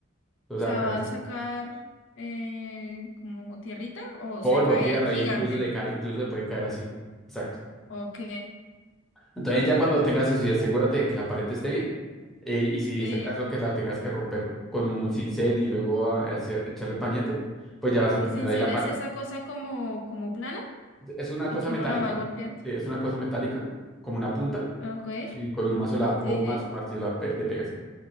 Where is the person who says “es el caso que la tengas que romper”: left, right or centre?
Centre